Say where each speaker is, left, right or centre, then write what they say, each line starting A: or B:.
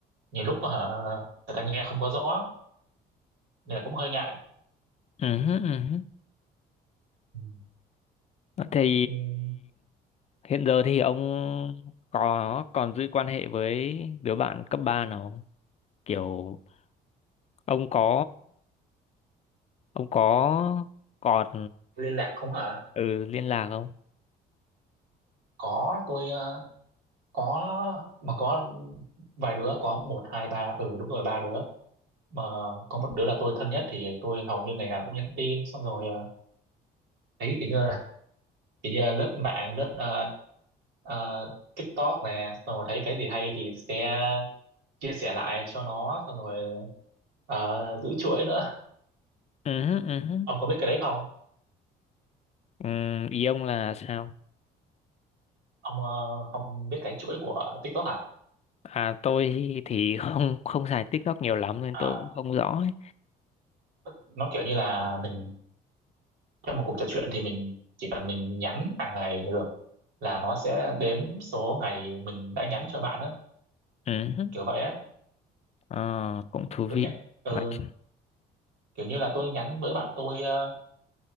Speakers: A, on the right; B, on the left.
A: nhiều lúc hả người ta nghe không có rõ nên là cũng hơi ngại
B: ừ. ừ.
A: Ừ.
B: Thì
A: Ừm,
B: hiện giờ thì ông có còn giữ quan hệ với đứa bạn cấp 3 nào không? Kiểu ông có ông có còn
A: liên lạc không hả
B: ừ, liên lạc không?
A: có tôi ờ, có mà có vài đứa có một hai ba ừ đúng rồi ba đứa mà có một đứa là tôi thân nhất thì tôi hầu như ngày nào cũng nhắn tin xong rồi ờ, thấy kiểu như là kiểu như là lướt mạng lướt ờ, ờ, TikTok nè xong rồi thấy cái gì hay thì sẽ chia sẻ lại cho nó xong rồi ờ, giữ chuỗi nữa
B: Ừ, ừ.
A: ông có biết cái đấy không
B: Ừ, ý ông là sao?
A: ông ờ, không biết cái chuỗi của TikTok à
B: À tôi thì <laughs> không không xài TikTok nhiều lắm nên
A: À,
B: tôi cũng không rõ ấy.
A: nó kiểu như là mình trong một cuộc trò chuyện thì mình chỉ cần mình nhắn hàng ngày là được là nó sẽ đếm số ngày mình đã nhắn cho bạn á
B: Ừ.
A: kiểu vậy á
B: Ờ, cũng thú
A: tôi
B: vị.
A: nhận ừ
B: Nói- ch-
A: kiểu như là tôi nhắn với bạn tôi uh,